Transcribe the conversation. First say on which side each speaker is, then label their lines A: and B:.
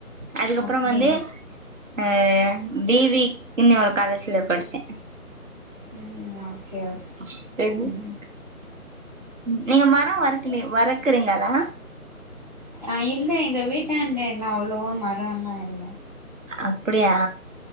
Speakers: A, on the right (about 55°); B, on the right (about 30°).
A: அதுக்கப்பறோ
B: அப்டியா
A: வந்து அ பி வி இன்னி ஒரு காலேஜ்ல படுச்சே
B: ம் ஓகே ஓகே
A: <unintelligible>
B: ம்
A: நீங்க மரோ வருக்கலெ வரக்குறீங்களா
B: அ இல்ல எங்க வீட்டாண்ட எல்லா அவ்ளொவா மரோ எல்லா இல்ல
A: அப்புடியா